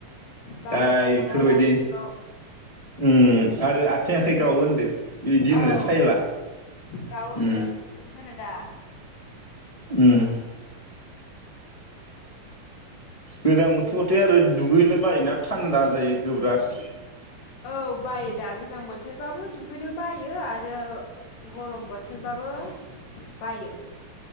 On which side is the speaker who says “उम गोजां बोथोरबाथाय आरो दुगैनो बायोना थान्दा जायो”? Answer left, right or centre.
Left